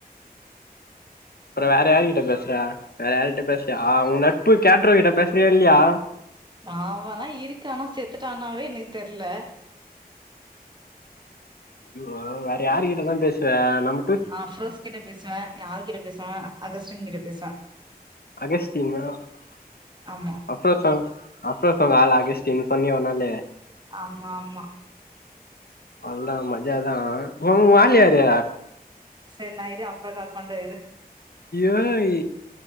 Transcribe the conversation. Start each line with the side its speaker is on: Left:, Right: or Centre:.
Left: அப்பற வேற யாருகிட்ட பேசுறா வேற யார்ட்ட பேசுறியா உ நட்பு கேட்ரோ கிட்ட பேஸ்றியா இல்லயா
Right: அவல்லா இருக்கானா செத்துட்டானாவே எனக் தெர்ல
Left: யோ வேற யாருகிட்ட தா பேசுவ நம்
Right: நா அஃப்ரோஸ் கிட்ட பேசுவ என ஆள் கிட்ட பேசுவ அகஸ்டின் கிட்ட பேஸ்வ
Left: அகஸ்தினா அப்
Right: ஆமா
Left: அஃப்ரோஸ் அவுங்க அஃப்ரோஸ் ஆவுங்க ஆளா ஆகஸ்தின் சொன்னியே ஒருனாலு
Right: ஆம்மா ஆம்மா
Left: அல்தா மஜாதா ம் உ ஆள் யாரு
Right: செர் நாயிரு அப்ற கால் பண்ற இரு
Left: ஏய்